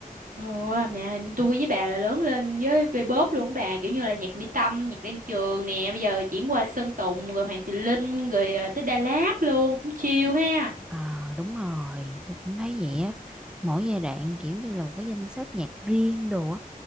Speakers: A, on the right; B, in the centre.
A: Ủa, mẹ hình tôi với bà là lớn lên với V-pop luôn á bà kiểu như là nhạc Mỹ Tâm, nhạc Đan Trường nè bây giờ chuyển qua Sơn Tùng rồi Hoàng Tùng Linh rồi à, tới Đà Lạt luôn cũng chill ha
B: Ờ đúng rồi tôi cũng thấy vậy á mỗi giai đoạn kiểu như là một cái danh sách nhạc riêng đồ á